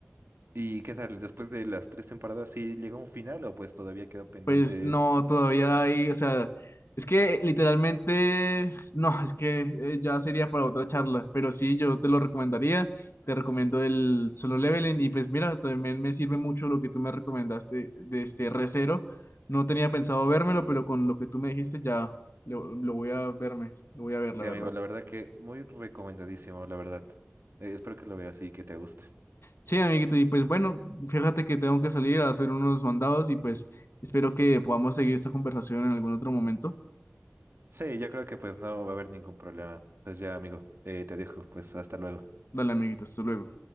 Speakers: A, on the right (about 70°); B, on the left (about 80°).
A: ¿Y qué tal? Después de las tres temporadas, ¿sí llegó a un final o pues todavía queda pendiente?
B: Pues no, todavía hay, o sea, es que literalmente, no, es que eh, ya sería para otra charla, pero sí, yo te lo recomendaría, te recomiendo el Solo Leveling y pues mira, también me sirve mucho lo que tú me recomendaste de este recero. No tenía pensado vérmelo, pero con lo que tú me dijiste ya lo, lo voy a verme, lo voy a ver,
A: Sí,
B: la verdad.
A: amigo, la verdad que muy recomendadísimo, la verdad. Eh, espero que lo veas y que te guste.
B: Sí, amiguito, y pues bueno, fíjate que tengo que salir a hacer unos mandados y pues espero que podamos seguir esta conversación en algún otro momento.
A: Sí, yo creo que pues no va a haber ningún problema. Pues ya, amigo, eh, te dejo, pues hasta luego.
B: Dale, amiguito, hasta luego.